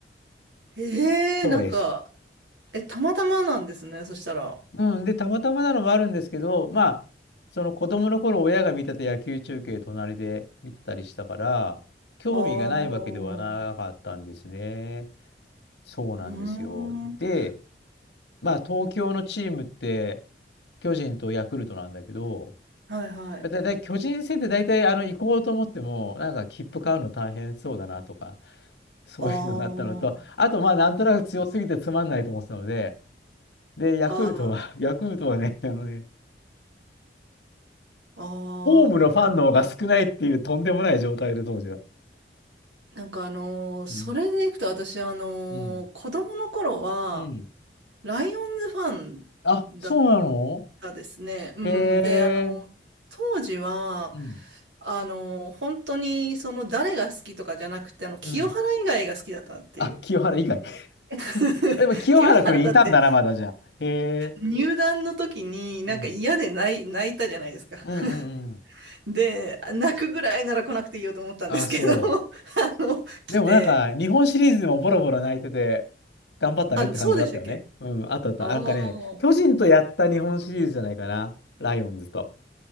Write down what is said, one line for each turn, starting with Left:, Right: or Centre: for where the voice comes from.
Right: ええなんか、
Left: そうです。
Right: え、たまたまなんですね、そしたら。あ
Left: うん、で、たまたまなのもあるんですけど、まあ、その子供の頃親が見てた野球中継隣で見てたりしたから、興味がないわけではなかったんですね。
Right: あ、う
Left: そうなんですよ。
Right: ーん、は
Left: で、まあ、東京のチームって、巨人とヤクルトなんだけど、
Right: いはい。
Left: だいたい巨人戦って大体あの行こうと思っても、なんか切符買うの大変そうだなとか、<laughs> そういうのがあったのと、
Right: あ
Left: あとまあなんとなく強すぎてつまんないと思ってたので、で、ヤクルトは、
Right: あ、
Left: ヤクルトはね、あのね、
Right: ああ、
Left: ホームのファンの方が少ないっていうとんでもない状態で、当時は。
Right: なんかあのーそれでいくと私あのー子供の頃は、
Left: うん。うん。うん。
Right: ライオンズファン
Left: あ、そうなの
Right: だったですね。うん。
Left: へ
Right: で、あのー当時は、
Left: え。うん。
Right: あのー本当にその誰が好きとかじゃなくて、あの、清原以外が好きだったっていう。
Left: うん。あ、清原以外。
Right: <laughs>
Left: <laughs> でも清原くんいたんだな、
Right: 清原だって
Left: まだじゃあ。へえ。
Right: 入団の時になんか嫌で泣い、
Left: うん。うん
Right: 泣いたじゃないですか。
Left: うん
Right: <laughs>
Left: うん。
Right: で、泣くぐらいなら来なくていいよと思ったんですけど、
Left: あ、そ
Right: <laughs> あの、来て、
Left: う。でもなんか、日本シリーズでもボロボロ泣いてて、頑張ったねって感じはあったよね。
Right: あ、そうでしたっけ
Left: うん、あったあった。
Right: ああー、
Left: なんかね、巨人とやった日本シリーズじゃないかな。ライオンズと。